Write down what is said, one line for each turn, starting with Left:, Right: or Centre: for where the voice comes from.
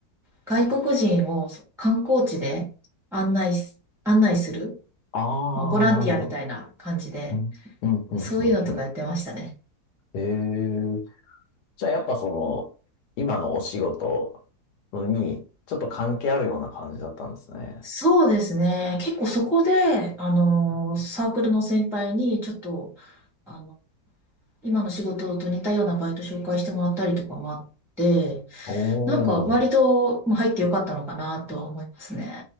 Centre: 外国人をそ観光地で案内す、案内する、
Left: ああ、
Centre: まあ、ボランティアみたいな感じで、
Left: なるほど。うん、うん、うん、
Centre: そういうのとかやってましたね。
Left: うん、うん。へえ。じゃあやっぱその、今のお仕事に、ちょっと関係あるような感じだったんですね。
Centre: そうですね。結構そこで、あの、サークルの先輩に、ちょっと、あの、今の仕事と似たようなバイト紹介してもらったりとかもあって、
Left: おお、
Centre: なんか割ともう入ってよかったのかなとは思いますね。